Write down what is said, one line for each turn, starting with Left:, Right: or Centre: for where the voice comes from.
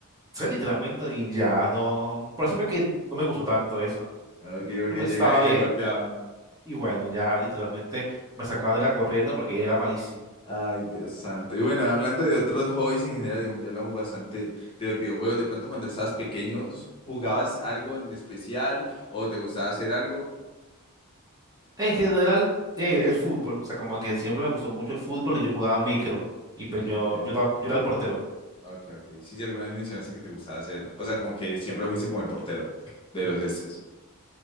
Right: sí, literalmente, y ya no. Por eso fue que no me gustó tanto eso.
Left: Ok, porque
Right: Pero pues
Left: llegaba
Right: estaba
Left: y te
Right: bien.
Left: golpeaban.
Right: Y bueno, ya literalmente me sacaban de la corriendo porque era malísimo.
Left: Ay, Dios santo. Y bueno, hablando de otros hobbies en general, digamos, ya hablamos bastante de los videojuegos. De pronto, cuando estabas pequeño, ¿jugabas algo en especial o te gustaba hacer algo?
Right: En general, eh, el fútbol. O sea, como que siempre me gustó mucho el fútbol y yo jugaba micro. Y pues
Left: Ok,
Right: yo, yo, estaba- yo era el portero.
Left: ok, ok. Sí, sí, alguna vez mencionaste que te gustaba hacer. O sea, como que siempre fuiste como el portero de los estes.